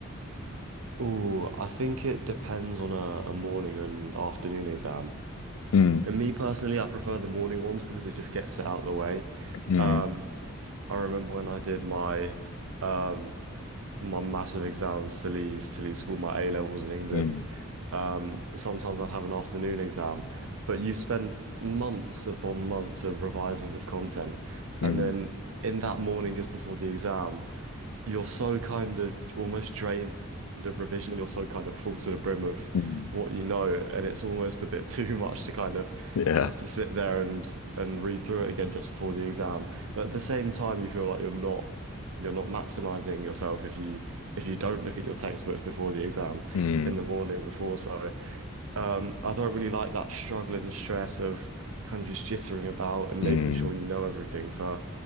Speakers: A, on the right; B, on the left.
A: Ooh, I think it depends on a, a morning and afternoon exam.
B: Mm,
A: And me personally, I prefer the morning ones because it just gets it out of the way.
B: mm,
A: Um, I remember when I did my um, my massive exams to leave to leave school, my A levels in England.
B: mm,
A: Um, sometimes I'd have an afternoon exam, but you spent months upon months of revising this content,
B: mm,
A: and then in that morning just before the exam, you're so kind of almost drained of revision, and you're so kind of full to the brim of
B: mm.
A: what you know, and it's almost a bit <laughs> too much to kind of
B: Yeah.
A: have to sit there and and read through it again just before the exam. But at the same time, you feel like you're not you're not maximizing yourself if you if you don't look at your textbooks before the exam
B: Mm,
A: in the morning before. So um, I don't really like that struggle and stress of kind of just jittering about and
B: mm,
A: making sure you know everything for